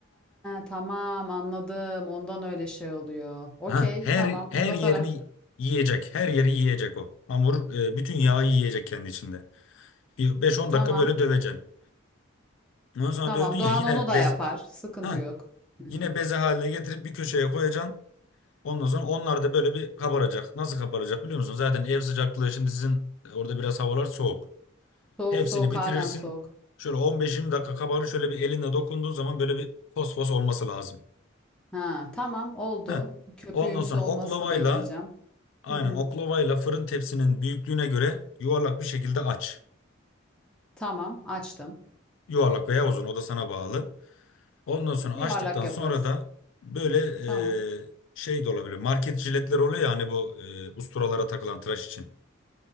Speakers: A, in the centre; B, on the left (about 70°).
A: tamam anladım. Ondan öyle şey oluyor. Okey,
B: Ha, her
A: tamam.
B: her
A: Uzatarak.
B: yerini yiyecek. Her yeri yiyecek o. Hamur e, bütün yağı yiyecek kendi içinde. Bir 5-10
A: Tamam.
B: dakika böyle döveceksin. Ondan sonra
A: Tamam.
B: dövdün ya
A: Doğan
B: yine
A: onu da
B: bez
A: yapar. Sıkıntı
B: ha
A: yok. <laughs>
B: yine beze haline getirip bir köşeye koyacaksın. Ondan sonra onlar da böyle bir kabaracak. Nasıl kabaracak biliyor musun? Zaten ev sıcaklığı şimdi sizin e, orada biraz havalar soğuk.
A: Soğuk
B: Hepsini
A: soğuk
B: bitirirsin.
A: halen soğuk.
B: Şöyle 15-20 dakika kabarır. Şöyle bir elinle dokunduğun zaman böyle bir fosfos olması lazım.
A: Ha, tamam oldu.
B: Ha.
A: Köpüğümsü
B: Ondan sonra
A: olmasını
B: oklavayla
A: bekleyeceğim.
B: Aynen
A: Hı hı.
B: oklavayla fırın tepsinin büyüklüğüne göre yuvarlak bir şekilde aç.
A: Tamam açtım.
B: Yuvarlak veya uzun o da sana bağlı. Ondan sonra
A: Yuvarlak
B: açtıktan
A: yaparız.
B: sonra da böyle
A: Tamam.
B: e, şey de olabilir. Market jiletler oluyor ya hani bu e, usturalara takılan tıraş için.